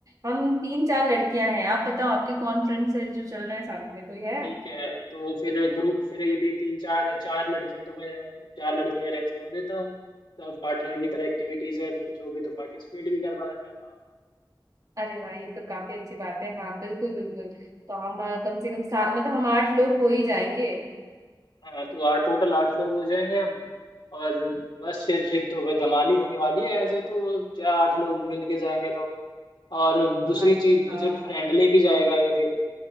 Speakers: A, on the right; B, on the left.
A: हम तीन चार लड़कियां हैं आप बताओ आपके कौन फ्रेंड्स हैं जो चल रहे हैं साथ में कोई है
B: ठीक है तो फिर ग्रुप फिर यदि तीन चार चार लड़कियां तो मैं चार लड़के अरेंज कर देता हूँ सब पार्टनर की तरह एक्टिविटीज है कुछ होगी तो पार्टिसिपेट भी करवाएंगे हम
A: अरे वाह ये तो काफी अच्छी बात है हाँ बिल्कुल बिल्कुल तो हम अ, कम से कम सात मतलब हम आठ लोग हो ही जाएंगे
B: हाँ तो आठ टोटल आठ लोग हो जाएंगे हम और बस फिर ट्रिप तो भाई धमाल ही होने वाली है ऐसे तो क्या आठ लोग मिलके जाएंगे तो और दूसरी
A: अरे
B: चीज
A: हाँ
B: बजट फ्रेंडली भी जाएगा ये फिर